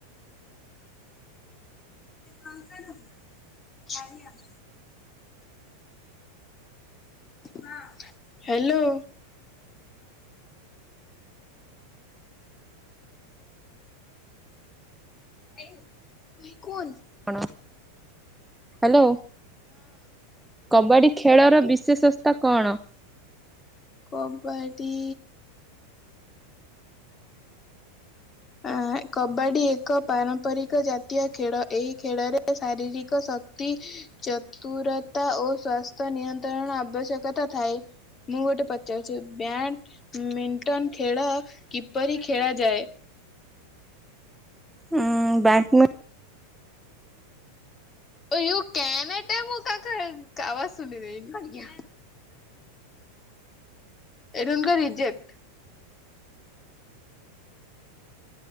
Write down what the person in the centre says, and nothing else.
କଣ ହ୍ୟାଲୋ କବାଡି ଖେଳର ବିଶେଷସ୍ତା କଣ?
ଉଁ ବ୍ୟାଟମିଟ